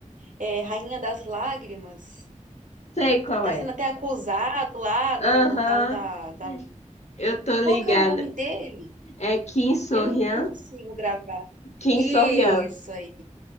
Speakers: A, on the right (about 75°); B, on the left (about 55°).
A: é Rainha das Lágrimas,
B: Sei qual
A: que tá
B: é.
A: sendo até acusado lá
B: Aham,
A: no, no caso da, da...
B: eu tô ligada.
A: Qual que era o nome dele?
B: É Kim Soo-hyun?
A: Eu não consigo gravar.
B: Kim
A: Isso
B: Soo-hyun.
A: aí,